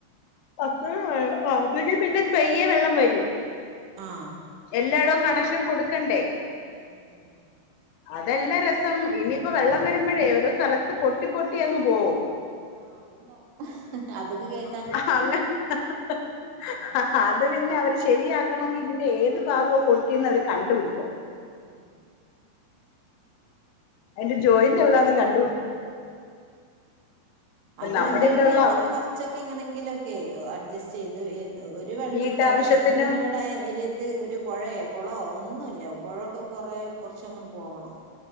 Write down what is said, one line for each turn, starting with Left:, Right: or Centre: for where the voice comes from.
Left: <unintelligible> പയ്യേ വെള്ളം വരും
Right: ആ
Left: എല്ലായിടവും റ്റം കൊടുക്കണ്ടേ
Right: ഉം ഉം
Left: അതല്ല രസം ഇനിയിപ്പോ വെള്ളം വരുമ്പോഴേ ഓരോ സ്ഥലത്ത് പൊട്ടി പൊട്ടി അങ്ങ് പോവും
Right: ആ അതുണ്ടാവും അതൊക്കെ കേ
Left: <unintelligible>
Right: ഉം
Left: അത് പിന്നെ അവര് ശരിയാക്കണങ്കി ഇതിന്റെ ഏത് ഭാഗവും കൊടുത്തിരുന്നത് അവര് കണ്ടുപിടിക്കണം
Right: ഉം
Left: അതിന്റെ ജോയിന്റ് വിടാന്ന് കണ്ട്
Right: ഉം അതുണ്ടെങ്കില്
Left: നമ്മുടെ ഇവിടെയുള്ള
Right: മ്മക്ക്
Left: അവസ്ഥ
Right: കുറച്ചൊ എങ്ങെനേങ്കിലോക്കേ അഡ്ജസ്റ്റ് ചെയ്ത് വര്ണേ ഒരു വെള്ളവും
Left: വീട്ടാവശ്യത്തിനും
Right: ഇല്ലാത്ത ഞങ്ങൾക്ക് പിന്നെ ഇവിടെ ഏരിയത്ത് ഒരു പുഴയൊ കോളോ ഒന്നും ഒന്നുല്ല പോഴൊക്കെ കൊറേ കുറച്ച് അങ്ങട്ട് പോവണം